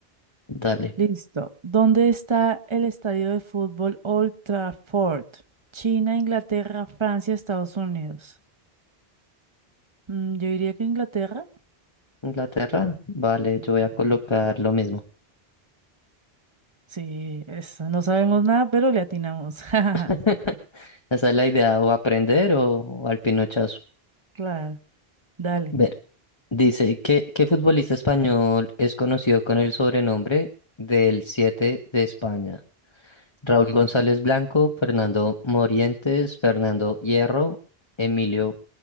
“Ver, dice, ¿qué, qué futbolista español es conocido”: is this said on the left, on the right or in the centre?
Left